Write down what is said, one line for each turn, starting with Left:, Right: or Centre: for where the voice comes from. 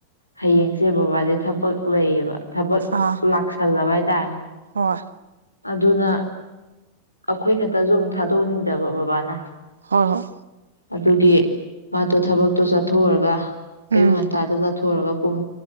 Left: ꯍꯌꯦꯡꯁꯦ ꯕꯕꯥꯗꯤ ꯊꯕꯛ ꯂꯩꯌꯦꯕ ꯊꯕꯛ
Right: ꯑꯥ
Left: ꯂꯥꯛꯁꯜꯂꯕ <unintelligible>
Right: ꯍꯣꯏ꯫
Left: ꯑꯗꯨꯅ ꯑꯩꯈꯣꯏ ꯈꯛꯇꯁꯨ ꯑꯃꯨꯛ ꯊꯥꯗꯣꯛꯅꯤꯡ ꯗꯕ ꯕꯥꯕꯥ ꯅꯥ
Right: ꯍꯣꯏ ꯍꯣꯏ
Left: ꯑꯗꯨꯒꯤ ꯃꯥꯗꯣ ꯊꯕꯛꯇꯣ ꯆꯠꯊꯣꯛꯑꯒ ꯑꯌꯨꯛ
Right: ꯎꯝ
Left: ꯉꯟꯇꯥꯅꯥ ꯆꯠ ꯊꯣꯀ ꯎꯔꯒꯥ ꯄꯨꯡ